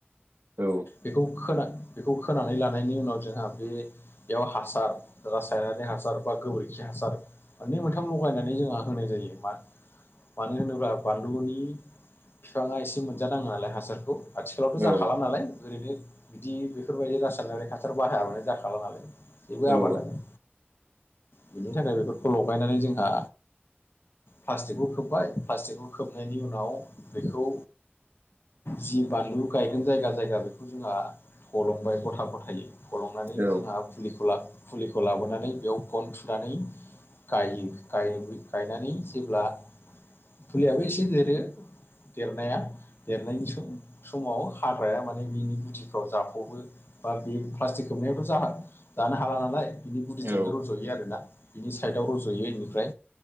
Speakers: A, on the right; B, on the left.
A: औ
B: बेखौ खोना बेखौ खोनानै लानायनि उनाव जोंहा बे बेयाव हासार रासायनारि हासार बा गोबोरै जायखि हासार मोनै मोनथाम लगायनानै जोंहा होनाय जायो मा? मानो होनोब्ला बानलुनि बिफाङा एसे मोनजानाङ नालाय हासारखौ। आथिखालावथ'
A: औ
B: जाखा नालाय ओरैनो बिदि बेफोरबायदि रासायनारि हासार बाहायाबानो जाखाला नालाय जेबो
A: औ
B: आबादानो बिनि थाखाय बेफोरखौ लगायनानै जोंहा प्लास्टिकखौ खोब्बाय प्लास्टिकखौ खोबनायनि उनाव बेखौ जि बानलु गायगोन जायगा जायगा बेखौ जोंहा थलंबाय गथा गथायो। फलंनानै
A: औ
B: जोंहा फुलिखौ लाबोनानै बेयाव गन गुनानै गायो गायनानै जेब्ला फुलियाबो एसे देरो देरनाया देरनायनि सम समाव हाग्राया माने बिनि गुदिफ्राव जाफ'बो बा बे प्लास्टिक खोबनायावथ' जा जानो हाला नालाय। बिनि गुदिजोंनो
A: औ
B: रज'यो आरोना बिनि साइदआव रज'यो बेनिफ्राय